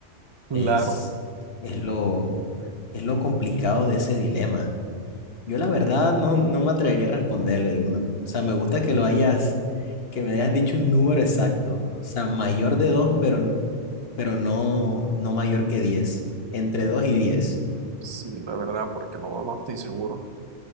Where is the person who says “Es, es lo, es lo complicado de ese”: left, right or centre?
Left